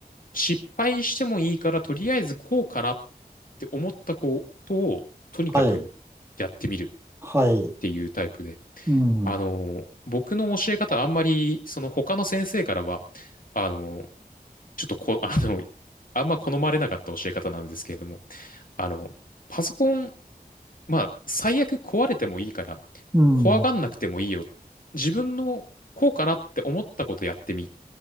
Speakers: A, on the left; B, on the right.
A: 失敗してもいいから、とりあえずこうかなって思ったことを、とにかくやってみるっ
B: はい、はい、
A: ていうタイプで、
B: うん、
A: あのー僕の教え方、あんまり、その他の先生からは、あのーちょっとこ、あの、あんま好まれなかった教え方なんですけれども、あの、パソコンまあ、最悪壊れてもいいから、
B: うん。
A: 怖がんなくてもいいよ。自分のこうかなって思ったことやってみっ